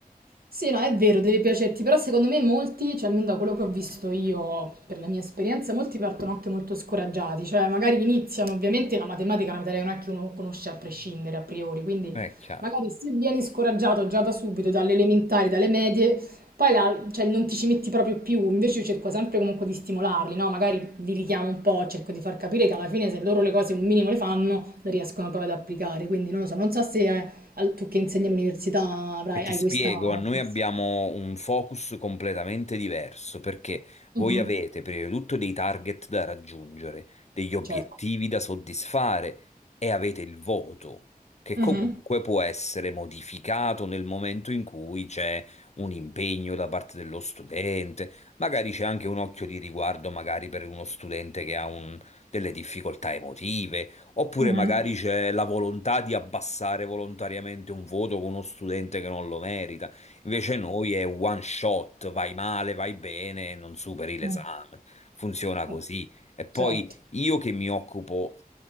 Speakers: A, on the right (about 75°); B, on the left (about 45°).
A: Sì, no, è vero, deve piacerti, però secondo me molti, cioè almeno da quello che ho visto io, per la mia esperienza, molti partono anche molto scoraggiati, cioè magari iniziano, ovviamente la matematica è una materia che non è che uno conosce a prescindere, a priori, quindi
B: è chiaro.
A: magari se vieni scoraggiato già da subito, dalle elementari, dalle medie, poi la- cioè, non ti ci metti proprio più, invece io cerco sempre comunque di stimolarli, no? Magari li richiamo un po', cerco di far capire che alla fine se loro le cose un minimo le fanno, le riescono poi ad applicare, quindi non lo so, non so se... eh, al tu che insegni all'università avrai
B: E ti
A: hai
B: spiego,
A: questa
B: noi
A: forza
B: abbiamo un focus completamente diverso perché voi
A: mh-mh,
B: avete prima di tutto dei target da raggiungere, degli obiettivi
A: certo.
B: da soddisfare e avete il voto, che comunque
A: Mh-mh,
B: può essere modificato nel momento in cui c'è un impegno da parte dello studente, magari c'è anche un occhio di riguardo magari per uno studente che ha un- delle difficoltà emotive Oppure
A: mh-mh.
B: magari c'è la volontà di abbassare volontariamente un voto con uno studente che non lo merita. Invece noi è one shot, vai male, vai bene, non superi l'esame.
A: Mh,
B: Funziona così.
A: o
B: E poi
A: certo,
B: io che mi occupo